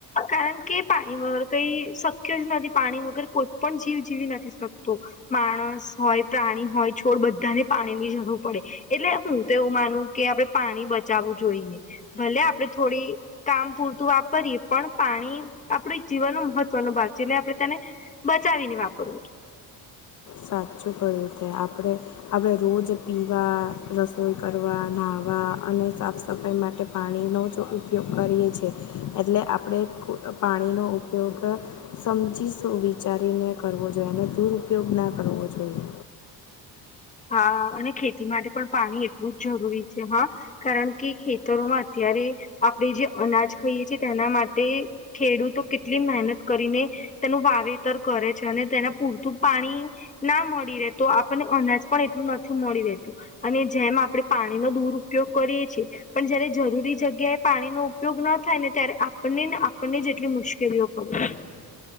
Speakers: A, on the left; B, on the left.
A: કારણ કે પાણી વગર કઈ શક્ય જ નથી પાણી વગર કોઈ પણ જીવ જીવી નથી શકતું. માણસ હોય પ્રાણી હોય છોડ બધાને પાણી ની જરૂર પડે. એટલે હું તો એવું માનું કે આપડે પાણી બચાવું જોઈએ. ભલે આપડે થોડી કામ પૂરતું વાપરીએ પણ પાણી આપણું એક જીવનનો મહત્વનો ભાગ છે એટલે આપણે તેને બચાવીને વાપરવું
B: સાચું કયું તે આપડે આપણે રોજ પીવા રસોઈ કરવા નાવા અને સાફ સફાઈ માટે પાણીનો જ ઉપયોગ કરીએ છીએ એટલે આપડે પાણીનો ઉપયોગ સમજીશ વિચારીને કરવો જોઈએ અને દુરપયોગ ના કરવો જોઈએ.
A: હા અને ખેતી માટે પણ પાણી એટલું જ જરૂરી છે હ. કારણ કે ખેતરોમાં અત્યારે આપડે જે અનાજ ખાઈએ છીએ તેના માટે ખેડૂતો કેટલી મહેનત કરીને તેનું વાવેતર કરે છે અને તેને પૂરતું પાણી ના મળી રેતો આપણને અનાજ પણ એટલું નથી મળી રહેતું અને જેમ આપણે પાણીનો દુરુપયોગ કરીએ છે. પણ જયારે જરૂરી જગ્યાએ પાણીનો ઉપયોગ ન થાય ને ત્યારે આપને ને આપણને જેટલી મુશ્કેલીઓ પડે